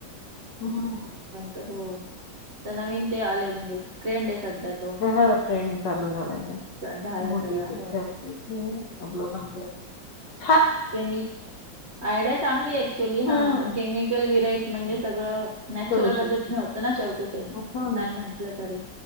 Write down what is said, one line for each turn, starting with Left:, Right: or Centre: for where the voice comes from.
Left: <unintelligible>
Right: तर हो तर नवीन ते आलंय म्हणजे, ट्रेंड आहे सध्या तो
Left: हा ट्रेन चालू झालाय तर
Right: च- झालाय
Left: मोठी
Right: सगळा
Left: इच्छा
Right: हो
Left: असते. हम् <inaudible>
Right: केम आयडिया चांगली ऍक्च्युली
Left: हं,
Right: हा पण केमिकल विरईत म्हणजे
Left: ते
Right: सगळं नॅचरल
Left: करू
Right: पद्धतीने
Left: शकतो.
Right: होत ना शेवटी ते,
Left: हो
Right: नाही
Left: ना.
Right: म्हण चूकलं तरी